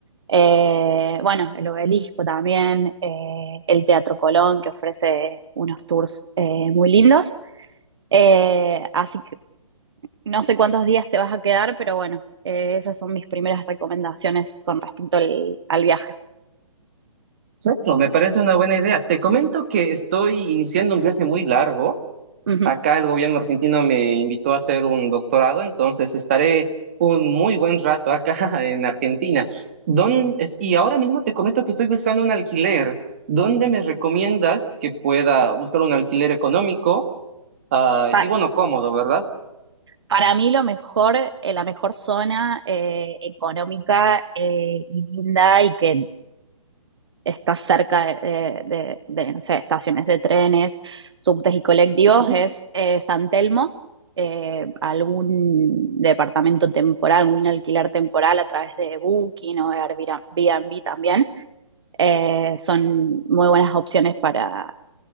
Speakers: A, on the right; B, on the right.
A: Eh, bueno, el Obelisco también, eh, el Teatro Colón, que ofrece unos tours eh, muy lindos. Eh, así que no sé cuántos días te vas a quedar, pero bueno, eh, esas son mis primeras recomendaciones con respecto al, al viaje.
B: Perfecto, me parece una buena idea. Te comento que estoy iniciando un viaje muy largo.
A: Ujú.
B: Acá el gobierno argentino me invitó a hacer un doctorado, entonces estaré un muy buen rato acá <laughs> en Argentina. ¿Dón- es- y ahora mismo te comento que estoy buscando un alquiler. ¿Dónde me recomiendas que pueda buscar un alquiler económico? Ah,
A: Pa-
B: y bueno, cómodo, ¿verdad?
A: para mí lo mejor, eh, la mejor zona eh, económica eh, y linda y que está cerca de, de- de, no sé, estaciones de trenes, subtes y colectivos
B: Mm,
A: es eh, San Telmo, eh, algún departamento temporal, algún alquiler temporal a través de Booking o Airbnb también eh, son muy buenas opciones para,